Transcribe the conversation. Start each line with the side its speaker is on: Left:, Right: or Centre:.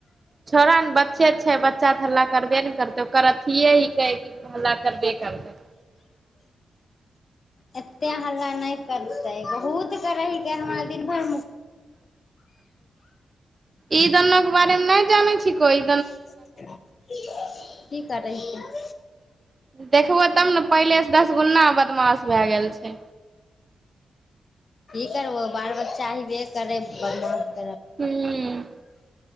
Right: छौड़ ने बच्चे अ छै बच्चा तऽ हल्ला करबे ने करतै ओकर अथिए हिके हल्ला करबे करतै
Left: एते हल्ला नहि करते बहुत करे ह के हमरा दिन भर
Right: ई दुनो के बारे मे नहि जानै छी कोई
Left: ठीक त छै
Right: से देखबो तब ने पहिले से दस गुना बदमाश भए गेल छै
Left: क करबहो बाल बच्चा हेबे करै प्र म
Right: हुँ